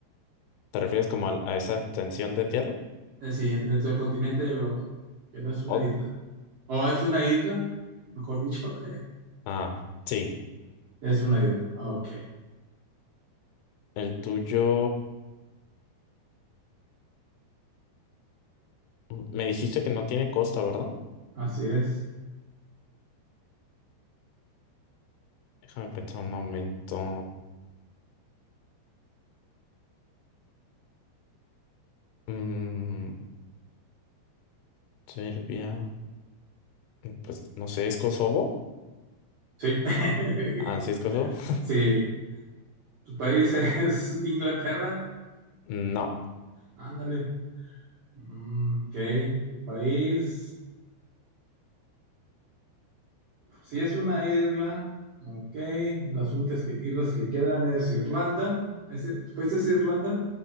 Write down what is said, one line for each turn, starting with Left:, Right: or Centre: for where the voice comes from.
Left: ¿Te refieres como al- a, esa extensión de tierra?
Right: Eh, sí, dentro del continente de Europa, que no es una
Left: O-
Right: isla. O es una isla, mejor dicho. <laughs>
Left: ah, sí.
Right: Es una isla. Ok.
Left: El tuyo, mm, me dijiste que no tiene costa, ¿verdad?
Right: Así es.
Left: Déjame pensar un momento. Mm, Serbia, mm, pues no sé, ¿es Kosovo?
Right: Sí. <laughs>
Left: Ah, sí, es Kosovo. <laughs>
Right: Sí. Tu país es Inglaterra.
Left: No,
Right: Ándale. Mm, ok, tu país, si es una isla, ok, las únicas que- islas que quedan es Irlanda. ¿Ese- ¿Tu país es Irlanda?